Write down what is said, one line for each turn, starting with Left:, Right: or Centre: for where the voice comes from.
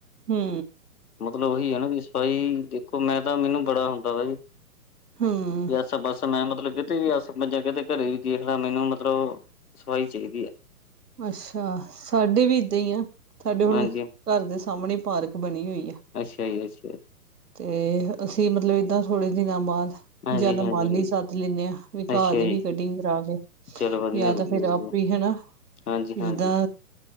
Right: ਹੂੰ
Left: ਮਤਲਬ ਉਹੀ ਹੈ ਨਾ ਵੀ ਸਫਾਈ ਦੇਖੋ ਮੈਂ ਤਾਂ ਮੈਨੂੰ ਬੜਾ ਹੁੰਦਾ ਵਾ
Right: ਹੂੰ
Left: ਅੱਛਾ ਬਸ ਮੈਂ, ਮਤਲਬ ਕਿਤੇ ਵੀ ਆਸੇ ਮੈ ਜੇ ਕਿਤੇ ਘਰੇ ਵੀ ਦੇਖਣਾ ਮੈਨੂੰ ਮਤਲਬ ਸਫ਼ਾਈ ਚਾਈਦੀ ਐ।
Right: ਅੱਛਾ, ਸਾਡੇ ਵੀ ਏਦਾਂ ਈ ਐ, ਸਾਡੇ ਹੁਣ
Left: ਹਾਂਜੀ
Right: ਘਰ ਦੇ ਸਾਹਮਣੇ ਪਾਰਕ ਬਣੀ ਹੋਈ ਐ।
Left: ਅੱਛਾ ਜੀ ਅੱਛਾ।
Right: ਤੇ ਅਸੀ ਏਦਾਂ ਮਤਲਬ ਥੋੜੇ ਦਿਨਾਂ ਬਾਅਦ
Left: ਹਾਂਜੀ
Right: ਜਾਂ ਤਾਂ
Left: ਹਾਂਜੀ
Right: ਮਾਲੀ ਸੱਦ ਲੈਂਦੇ ਆ, ਵੀ ਘਾਹ
Left: ਅੱਛਾ
Right: ਦੀ
Left: ਜੀ,
Right: ਵੀ ਕਟਿੰਗ ਕਰਾ ਲੋ।
Left: ਚਲੋ ਵਧੀਆ,
Right: ਜਾਂ
Left: ਵਧੀਆ,
Right: ਤਾਂ ਫਿਰ
Left: ਵਧੀਆ
Right: ਆਪੇ ਹਨਾ।
Left: ਹਾਂਜੀ,
Right: ਜਿਦਾ,
Left: ਹਾਂਜੀ